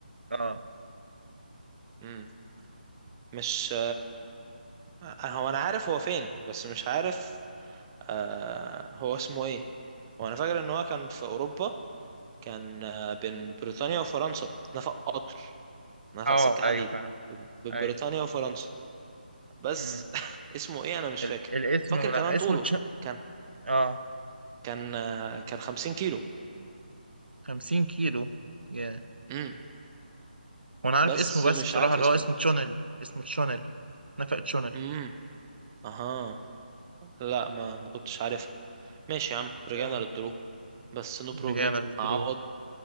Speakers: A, on the right; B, on the right.
A: اه
B: مم. مش آه، هو انا عارف هو فين بس مش عارف آه هو اسمه ايه هو انا فاكر ان هو كان في اوروبا كان آه بين بريطانيا وفرنسا نفق قطر نفق
A: اه
B: سكة
A: ايوه
B: حديد
A: فاهم
B: بين
A: ايوه
B: بريطانيا وفرنسا بس
A: مم.
B: <laughs> اسمه ايه انا مش
A: ال...
B: فاكر
A: الاسم
B: فاكر
A: لا
B: كمان
A: اسمه
B: طوله
A: تش...
B: كان
A: اه
B: كان آه كان 50 كيلو
A: 50 كيلو yeah.
B: مم.
A: وانا عارف
B: بس
A: اسمه بس
B: مش
A: بصراحة
B: عارف
A: اللي
B: اسمه
A: هو اسمه تشونل اسمه تشونل نفق تشونل
B: امم اها لا ما ما كنتش عارفها ماشي يا عم رجعنا
A: تمام
B: للدرو بس نو بروبلم
A: رجعنا للدرو
B: هعوض